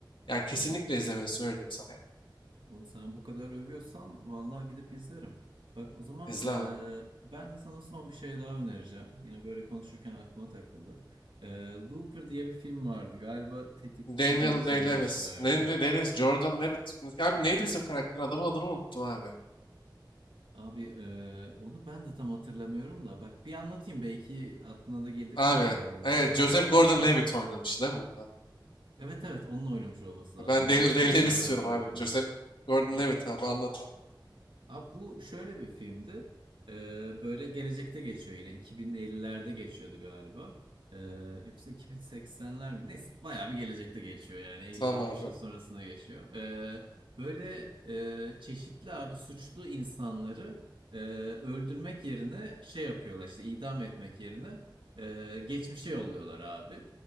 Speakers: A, on the left; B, on the right.
A: Yani kesinlikle
B: Hı
A: izlemelisin öyle diyeyim sana yani.
B: O, Sen bu kadar övüyorsan vallahi gidip izlerim. Bak o zaman
A: İzle
B: e,
A: abi.
B: ben de sana son bir şey daha önereceğim. Yine böyle konuşurken aklıma takıldı. E, Looper diye bir film vardı. Galiba Tetikçi
A: Daniel
B: diye çevirmişlerdi.
A: Day-Lewis. Daniel Day-Lewis, Jordan Levitt. Abi neydi bizim karakter? Adamın adını unuttum abi.
B: Abi e, onu ben de tam hatırlamıyorum da. Bak bir anlatayım belki aklına da gelir
A: Abi.
B: e,
A: Evet,
B: eğer
A: Joseph
B: gördüysen.
A: Gordon-Levitt oynamıştı değil mi bunda?
B: Evet evet onunla oynamış olması lazım.
A: Ben Daniel
B: Bruce Willis'le
A: Day-Lewis
B: beraber
A: diyorum abi.
B: oynuyor.
A: Joseph Gordon-Levitt abi anlat anlat.
B: Abi bu şöyle bir filmdi. Ee, böyle gelecekte geçiyor yine. 2050'lerde geçiyordu galiba. Ee, yoksa 2080'ler mi? Neyse bayağı bir gelecekte geçiyor yani. 50-60
A: Tamam abi.
B: yıl sonrasında geçiyor. Ee, böyle e, çeşitli abi suçlu insanları e, öldürmek yerine şey yapıyorlar işte idam etmek yerine e, geçmişe yolluyorlar abi.